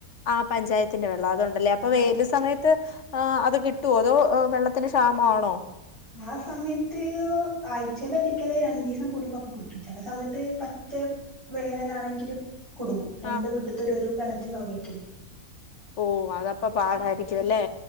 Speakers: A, on the left (about 55°); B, on the right (about 20°).
A: ആഹ് പഞ്ചായത്തിന്റെ വെള്ളം അതൊണ്ടല്ലേ അപ്പൊ വെയില്
B: ആഹ്
A: സമയത്ത് ആഹ് അത് കിട്ടുവോ അതോ വെള്ളത്തിന് ക്ഷാമമാണോ
B: ആ സമയത്ത് ആഴ്ചേൽ ഒരിക്കല് രണ്ടു ദിവസം കൂടുംബമൊക്കെ കിട്ടും ചില സമയത്ത് മത്ത്‌ വേനലാണെങ്കിലും കുടുങ്ങും രണ്ടു
A: ആ
B: വീട്ടിത്തോര് ഒരു കിണറ്റീന്നാ ഉപയോഗിക്കല്
A: ഓ അതപ്പ പാടായിരിക്കും അല്ലേ